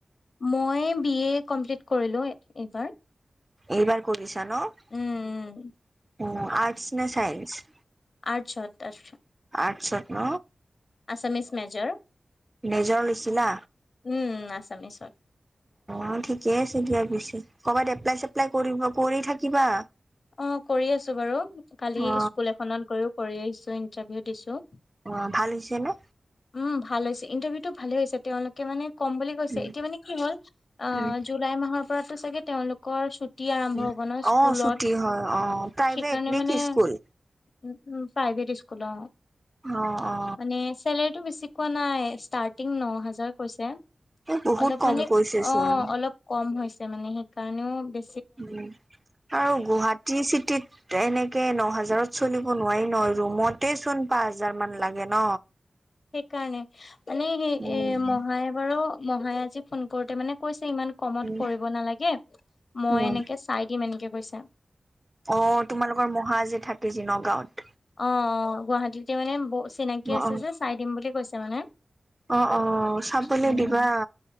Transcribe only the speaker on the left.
মই বি এ কমপ্লিট কৰিলো এইবাৰ।
উম উম
আঠছ আচশ
আছামিছ মেজাৰ
উম আছামিছত
অ', কৰি আছো বাৰু কালি
স্কুল এখনত গ কৰি আহিছো ইন্টাৰভিউ দিছো।
উম ভাল হৈছে ইণ্টাৰভিউ টো ভালে হৈছে তেওঁলোকে মানে কম বুলি কৈছে
এতিয়া মানে কি হ'ল অ
জুলাই মাহৰ পৰাতো চাগে তেওঁলোকৰ চু আৰম্ভ
হব ন স্কুলত
সেইকাৰণে
মানে
উ উ প্ৰাইমেী স্কুল
মানে চেলেৰিটো বেছি কোৱা নাই ষ্টাৰ্টিং ন হাজাৰ কৈছে
অলপ
মানে
অ অলপ কম হৈছে মানে স কাৰণে বে
সেইকাৰণে মানে স
এ মহায়ে বাৰু মহায় আজি ফোন কৰোতে মানে কৈছে ইমান কমত
কৰিব নালাগে মই
এনেকে চাই দিম এনেকে ৈছা
অ অ গুৱাহাটীতে মানে ব চিনাকি
আছে যে চাই দিম বুলি কৈছে মানে
উম